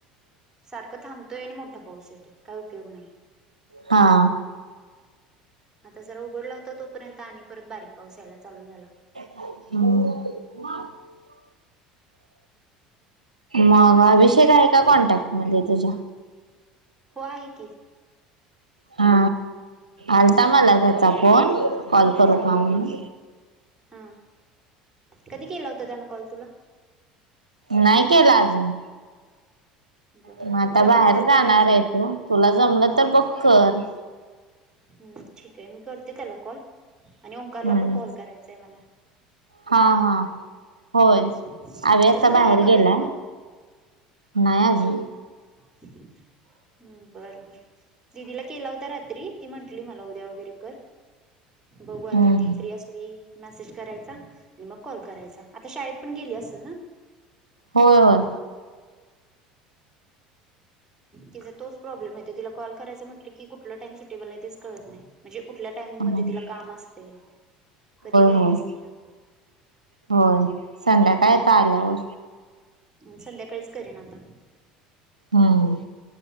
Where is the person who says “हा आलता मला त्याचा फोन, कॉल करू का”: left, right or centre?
Right